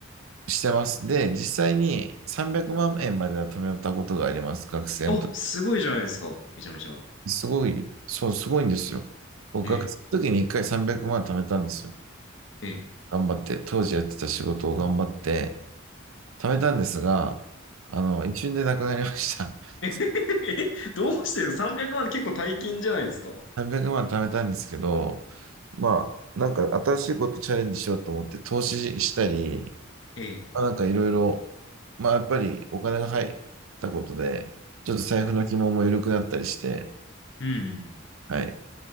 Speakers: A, on the right; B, on the left.
A: してます。で、実際に300万円まんえんまでは貯めたことがあります、学生の時。
B: な。お、すごいじゃないですか。めちゃめちゃ。
A: すごい、そう、すごいんですよ。僕、
B: ええ
A: 学生の時に1回300万貯めたんですよ。
B: ええ
A: 頑張って、当時やってた仕事を頑張って貯めたんですが、あの、一瞬でなくなりました。<laughs>
B: <laughs> え、どうしてですか ?300 万って結構大金じゃないですか
A: 300万貯めたんですけど、まあ、なんか新しいことチャレンジしようと思って投資したり、
B: ええ。
A: まあ、なんかいろいろ、まあやっぱりお金が入ったことで、ちょっと財布の紐も緩くなったりして、
B: うん。
A: はい。